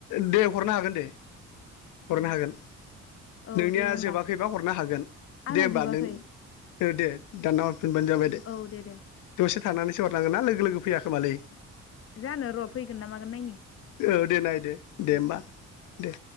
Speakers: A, on the left (about 85°); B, on the left (about 50°).
A: दे हरनो हागोन दे हरनो
B: औ
A: हागोन
B: औ
A: नोंनिया
B: दे होमबा
A: जोबाखैबा हरनो हागोन
B: आंना
A: दे होमबा
B: जोबाखै
A: नों दे दानना हरफिनबानो जाबाय दे
B: औ दे
A: दसे थानानैसो हरनांगोन ना लोगो लोगो फैया खोमालै
B: जानो र' फैगोन ना मागोन नायनि
A: औ दे नायदो
B: औ
A: दे होमबा दे।